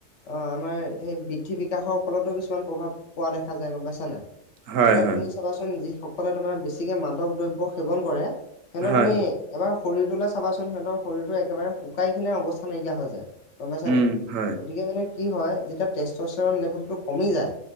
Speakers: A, on the left; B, on the right.
A: অ আমাৰ সেই বৃদ্ধি বিকাশৰ ফলতো কিছুমান প্ৰভাৱ পোৱা দেখা যায় গম পাইছা নাই
B: হয়,
A: এতিয়া
B: হয়,
A: তুমি চাবাচোন যিসকলে তোমাৰ বেছিকে মাদক দ্ৰব্য সেৱন কৰে সিহঁতৰ
B: হয়,
A: তুমি এবাৰ শৰীৰটোলৈ চাবাচোন সিহঁতৰ শৰীৰটো একেবাৰে শুকাই খিনাই অৱস্থা নাইকিয়া হৈ যায় গম পাইছা
B: উম,
A: নাই
B: হয়,
A: গতিকে মানে কি হয় যেতিয়া টেষ্ট স্তৰন লেভেলটো কমি যায়